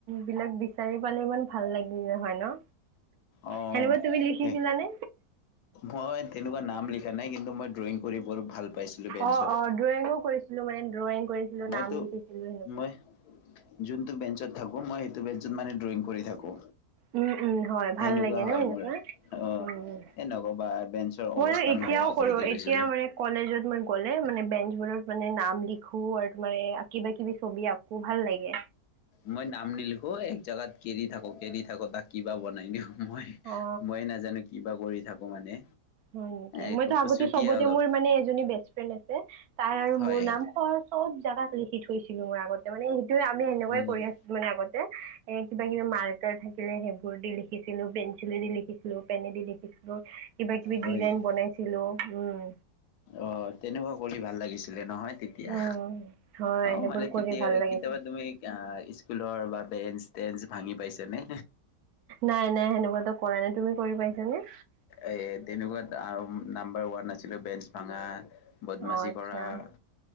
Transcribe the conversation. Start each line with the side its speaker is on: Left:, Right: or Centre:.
Right: বিলাক বিচাৰি পালে ইমান ভাল লাগিল হয় ন
Left: অ
Right: সেনেকুৱা তুমি লিখিছিলানে?
Left: সেই মই তেনেকুৱা নাম লিখা নাই কিন্তু মই ড্ৰয়িং কৰি ভাল পাইছিলোঁ বেঞ্চত
Right: অ', অ', ড্ৰয়িঙো কৰিছিলোঁ মানে ড্ৰয়িং কৰিছিলোঁ
Left: মইতো
Right: নাম লিখিছিলোঁ সেনেকুৱা।
Left: মই যোনটো বেঞ্চত থাকো মই সেইটো বেঞ্চত মানে ড্ৰয়িং কৰি থাকো
Right: উম, উম, হয়
Left: সেনেকুৱা
Right: ভাল লাগে
Left: হয়
Right: ন মনেুৱা
Left: মোৰ অ'।
Right: উম
Left: এ নক'বা বেঞ্চৰ
Right: মই
Left: অৱস্থা
Right: ন এতিয়াও
Left: নোহোৱা
Right: কৰৰুো
Left: কৰি দিলৈছিলো।
Right: এতিয়া মানে কলেজত মই গ'লে মানে মানে নাম লিখো আৰু তম কিবা কিবি ছবি আঁকো ভাল লাগে
Left: মই নাম নিলিখো এক জোগগাত কেৰি থাকো কেৰি থাকো তাক কিবা বনাই দিওঁ মই
Right: অ
Left: মই নাজানো কিবা কৰি থাকো মানে
Right: হয় নেকি
Left: একো
Right: মই
Left: খুচুটীয়া
Right: আগতে চবতে
Left: অলপ
Right: মোৰ মানে এ বেষ্ট ফ্ৰেড আছে তাই আৰু
Left: হয়।
Right: মোৰ নাম চবত জাগা খি থৈছিলো মোৰ আগতে মানে সেইটোয়ে আমি সেনেকুৱয়ে
Left: হয় নেকি
Right: কৰি আছিলো মানে আগতে এ কিবা কিবি মাৰ্ থাকিলে সেইবোৰ দি লিখিছিলো পেঞ্চিলে দি লিখিছিলো পেনে দি লিখিছিলো কিবা কিবি
Left: হয়
Right: ডিজাইন
Left: নেকি
Right: বনাইছিলো উম
Left: অ তেনেকুৱা কৰি ভাল লাগিছিলে নহয় তেতিয়া
Right: উম হয়
Left: অ
Right: সেইবোৰ
Left: মানে তেতিয়া
Right: কৰি ভাল লাগিছিল
Left: কেতিয়াবা তুমি স্কুলৰ বা বেঞ্চ েঞ্চ ভাঙি পাইছেনে
Right: নাই নাই সেনেকুৱাতো কৰা নাই তুমি কৰি পাইছ নে
Left: এ তেনেকুৱাত নাম্বাৰ ওৱান আছিলো বেঞ্চ ভাঙা বদমাচি
Right: অ আচ্ছা
Left: কৰা